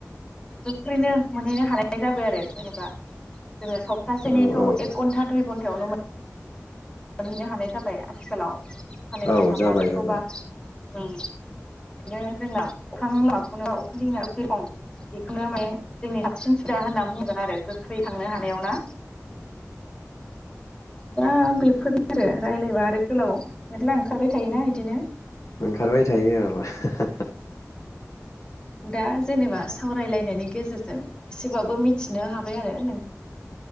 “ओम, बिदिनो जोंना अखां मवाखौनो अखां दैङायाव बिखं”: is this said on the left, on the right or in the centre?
Left